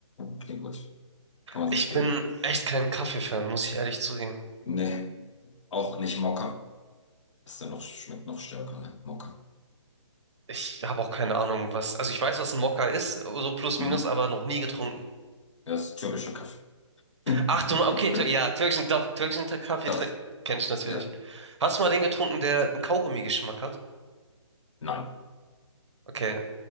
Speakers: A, on the left; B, on the right.
A: Klingt gut. Kann man
B: Ich
A: sich geben.
B: bin echt kein Kaffee-Fan, muss ich ehrlich zugeben.
A: Nee, auch nicht Mokka. Ist ja noch, schmeckt noch stärker, ne? Mokka.
B: Ich habe auch keine Ahnung, was, also ich weiß, was ein Mokka ist, so plus
A: Hm.
B: minus, aber noch nie getrunken.
A: Ja, ist türkischer Kaffee. <laughs>
B: Ach du, okay, tür ja, türkischen, doch, türkischen Kaffee
A: Das,
B: trink- kenne ich natürlich.
A: ja.
B: Hast du mal den getrunken, der einen Kaugummi-Geschmack hat?
A: Nein.
B: Okay.